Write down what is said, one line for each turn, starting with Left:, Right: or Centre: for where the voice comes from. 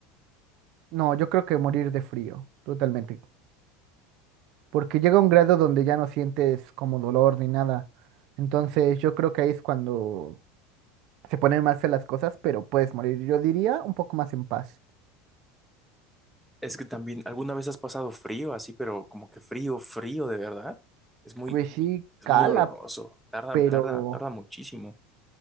Right: no, yo creo que morir de frío, totalmente. Porque llega un grado donde ya no sientes como dolor ni nada. Entonces yo creo que ahí es cuando se ponen más feas las cosas, pero puedes morir, yo diría, un poco más en paz.
Centre: Es que también, ¿alguna vez has pasado frío así, pero como que frío, frío de verdad? Es muy,
Right: Pues sí,
Centre: es
Right: cala,
Centre: muy doloroso.
Right: Ah,
Centre: Tarda,
Right: pero...
Centre: tarda, tarda muchísimo.